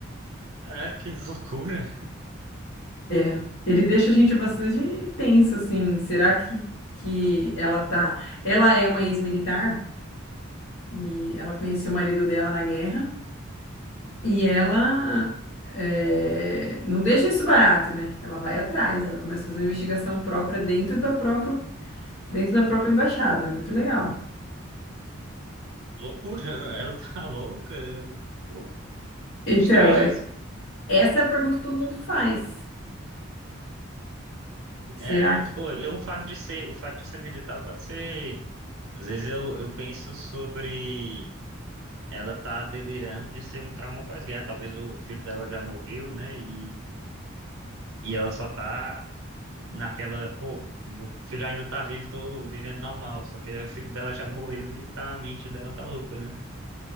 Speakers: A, on the right (about 80°); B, on the left (about 70°).
A: É, que <laughs> loucura.
B: <laughs> Ele deixa a gente bastante tenso, assim. Será que, que ela tá. Ela é uma ex-militar e ela conheceu o marido dela na guerra. E ela eh, não deixa isso barato, né? Ela vai atrás, ela começa a fazer uma investigação própria dentro da própria, dentro da própria embaixada. É muito legal.
A: Loucura, ela tá louca. Pô,
B: Então,
A: estranho
B: é-
A: isso.
B: essa é a pergunta que todo mundo faz. Será
A: É,
B: que
A: pô, eu, o fato de ser, o fato de ser militar pode ser. Às vezes eu, eu penso sobre ela tá delirando de ser um trauma pós-guerra. Talvez o filho dela já morreu, né? E, e ela só tá naquela, pô, meu filho ainda tá vivo, tô vivendo normal. Só que aí o filho dela já morreu e tá, a mente dela tá louca, né?